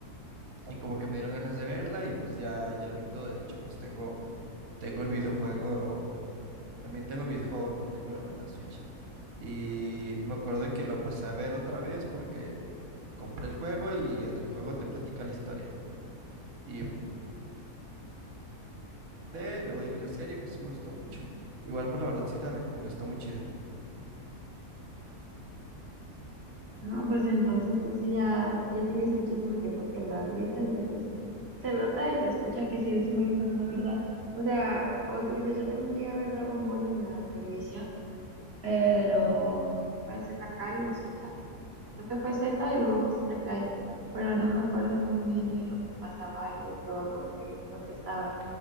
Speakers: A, on the right; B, on the right.
A: Y como que me dieron ganas de verla y pues ya, ya lo vi todo. De hecho, pues tengo, tengo el videojuego, también tengo el videojuego, lo tengo en la Switch. Y me acuerdo que lo empecé a ver otra vez porque compré el juego y en el juego te platica la historia. Y eh, luego ya vi la serie, pues sí me gustó mucho. Igual, pues la verdad sí te la recomiendo, está muy chida.
B: No, pues entonces tú sí ya, ya tienes muchísimo tiempo que la has visto, entonces se nota y se escucha que sí eres muy fan, la verdad. O sea, como tú dices, yo también llegué a ver Dragon Ball en la televisión, pero creo que fue ZKai o Z. Creo que fue Z y luego fue Z Kai pero no me acuerdo muy bien de lo que pasaba y de todo lo que, lo que estaba.